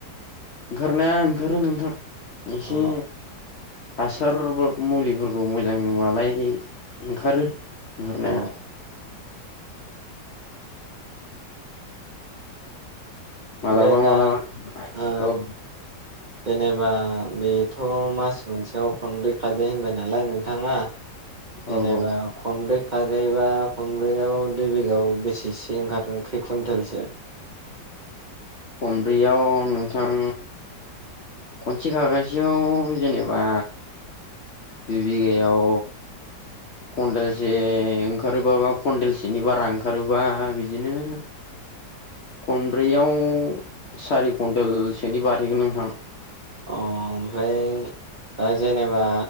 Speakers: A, on the left (about 65°); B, on the right (about 50°).
A: ओंखारनाया ओंखारो नोंथां एसे
B: अ
A: हासार बा मुलिफोरखौ मोजां होबालाय ओंखारो ओंखारनाया
B: अ ओमफ्राय
A: मालाबा
B: दा
A: मालाबा
B: ओ
A: औ
B: जेनेबा बेथ' मास मोनसेयाव खनब्रै खाजायो होनबाय नालाय नोंथाङा
A: औ
B: जेनबा
A: औ
B: खनब्रै खाजायोबा खनब्रैयाव दुइ बिगायाव बेसेसो ओंखारो खै कुन्टेलसो
A: खनब्रैयाव नोंथां खनसे खागासेयाव जेनेबा दुइ बिगायाव कन्देलसे ओंखारोबा बा कन्देलसेनि बारा ओंखारोबा बिदिनो
B: <inaudible>
A: खनब्रैयाव सारि कन्टेलसोनि बारहैगोन नोंथां
B: अह ओमफ्राय दा जेनेबा